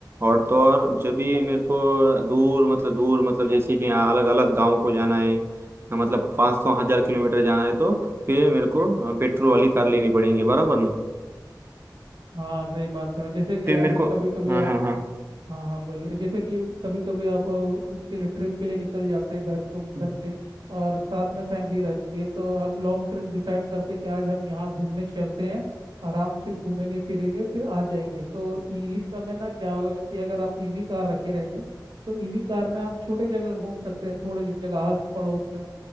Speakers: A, on the right; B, on the right.
A: और तो और जब भी मेरे को दूर मतलब दूर मतलब जैसे कि अलग अलग गांव को जाना है मतलब पाँच सौ हजार किलोमीटर जाना है तो फिर मेरे को पेट्रोल वाली कार लेनी पड़ेगी बराबर ना
B: हाँ सही बात है और जैसे कि
A: फिर मेरे
B: अभी
A: को
B: कभी कभी
A: हाँ
B: आप
A: हाँ हाँ
B: हाँ हाँ बोलिए जैसे कि कभी कभी आप अ, उसके लिए ट्रिप के लिए निकल जाते हैं घर को घर से और साथ में फैमिली रहती है तो आप लॉन्ग ट्रिप डिसाइड करते हैं कि आज हम यहाँ घूमने चलते हैं आराम से घूमेंगे फिरेंगे फिर आ जाएंगे तो इस समय ना क्या होगा कि अगर आप ईवी कार रखे रहेंगे तो ईवी कार में आप छोटे जगह घूम सकते हैं थोड़े जगह आस पड़ोस में